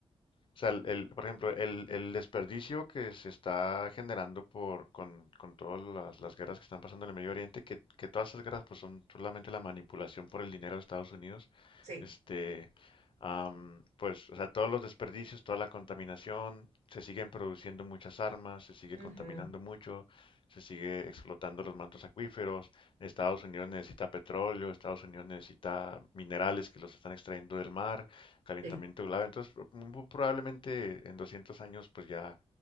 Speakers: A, on the left (about 50°); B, on the right (about 80°).
A: o sea, el, el- por ejemplo, el, el desperdicio que se está generando por, con, con todas las, las guerras que están pasando en el Medio Oriente, que, que todas esas guerras pues son solamente la manipulación por el dinero de Estados Unidos,
B: Sí.
A: este, am, pues, o sea, todos los desperdicios, toda la contaminación, se siguen produciendo muchas armas, se sigue
B: ujú,
A: contaminando mucho, se sigue explotando los mantos acuíferos, Estados Unidos necesita petróleo, Estados Unidos necesita minerales que los están extrayendo del mar, calentamiento
B: Sí.
A: global. Entonces, pro- muy probablemente en 200 años, pues ya,